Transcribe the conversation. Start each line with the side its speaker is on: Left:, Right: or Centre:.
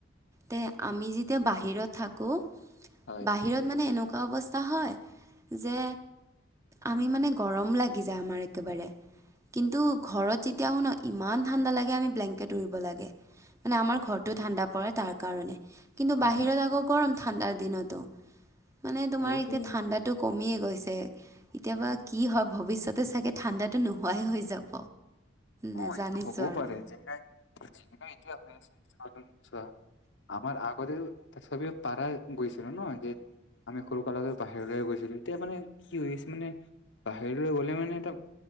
Right: তে আমি যেতিয়া বাহিৰত থাকো
Left: হয়
Right: বাহিৰত মানে এনেকুৱা এনেকুৱা অৱস্থা হয় যে আমি মানে গৰম লাগ গিজা আমাৰ একেবাৰে কিন্তু ঘৰত যেতিয়া আহোঁ নহঁ ইমান ঠাণ্ডা লাগে আমি ব্লেংকেট লব লাগে। আমাৰ ঘৰ টো ঠাণ্ডা পৰে তাৰ কাৰণে। কিন্তু
Left: হয়
Right: বাহিৰত
Left: হয়
Right: আকৌ গৰম, ঠাণ্ডাৰ দিনতো মানে তোমাৰ
Left: এইটোৱে
Right: এতিয়া ঠাণ্ডাটো কমিয়ে গৈছে কেতিয়াবা কি হয় ভৱিষ্যতে চাগে ঠাণ্ডাটো নোহোৱাইে হৈ যাব। নাজানিছো
Left: অ এনে হবও
Right: আৰু
Left: পাৰে যে যিদিনা এতিয়া হৈ আছে আমাৰ আগতে চব পাৰা গৈছিল ন যে আমি সৰু কাললৈ বাহিৰলৈ গৈছিলো, এতিয়া মানে কি হৈ আছে মানে বাহিৰৰে গ'লে মানে এটা